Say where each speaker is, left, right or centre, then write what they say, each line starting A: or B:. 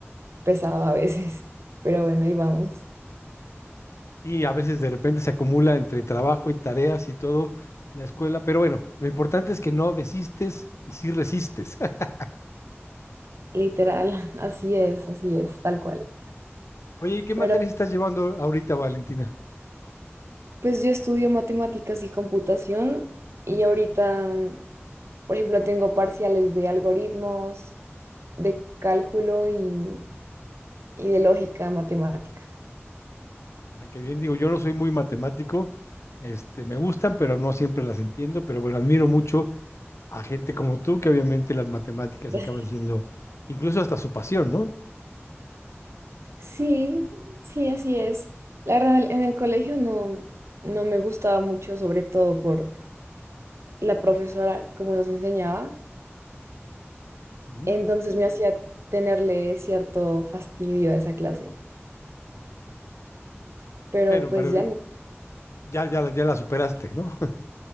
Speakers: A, on the right (about 70°); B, on the left (about 75°).
A: pesado a veces, <laughs> pero bueno, ahí vamos.
B: Sí, a veces de repente se acumula entre trabajo y tareas y todo la escuela, pero bueno, lo importante es que no desistes y sí resistes. <laughs>
A: Literal, <laughs> así es, así es, tal cual.
B: Oye, ¿y qué materias
A: Pero
B: estás llevando ahorita, Valentina?
A: pues yo estudio matemáticas y computación y ahorita Por ejemplo, tengo parciales de algoritmos, de cálculo y, y de lógica matemática.
B: Ah, qué bien, digo, yo no soy muy matemático, este, me gustan, pero no siempre las entiendo, pero bueno, admiro mucho a gente como tú, que obviamente las matemáticas
A: <laughs>
B: acaban siendo incluso hasta su pasión, ¿no?
A: Sí, sí, así es. La verdad, en el, en el colegio no, no me gustaba mucho, sobre todo por la profesora, como nos enseñaba.
B: Ujú.
A: Entonces me hacía tenerle cierto fastidio a esa clase, pero
B: Bueno,
A: pues
B: pero
A: ya
B: yo-
A: no.
B: ya, ya, la- ya la superaste, ¿no? <laughs>